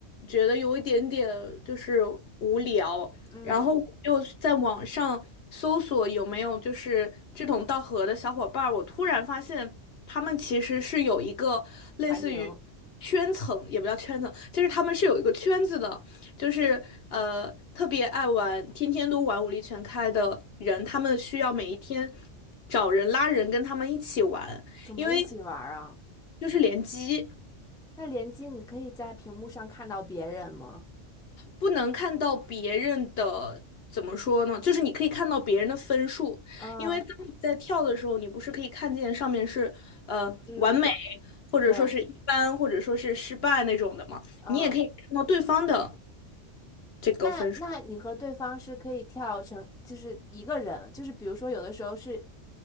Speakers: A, on the left; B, in the centre.
A: 觉得有一点点就是无聊，
B: 嗯，
A: 然后我就在网上搜索有没有就是志同道合的小伙伴儿，我突然发现他们其实是有一个类似于圈层，
B: 排名
A: 也不叫圈层，就是他们是有一个圈子的，就是呃特别爱玩，天天都玩武力全开的人，他们需要每一天找人拉人跟他们一起玩。
B: 怎么一起玩儿啊？
A: 因为就是联机
B: 那联机你可以在屏幕上看到别人吗？
A: 不能看到别人的，怎么说呢？就是你可以看到别人的分数，
B: 嗯
A: 因为当你在跳的时候，你不是可以看见上面是呃完美，
B: 嗯，
A: 或者说是一般，
B: 对，
A: 或者说是失败那种的嘛？
B: 嗯，
A: 你也可以看到对方的这个分数。
B: 那那你和对方是可以跳成就是一个人，就是比如说有的时候是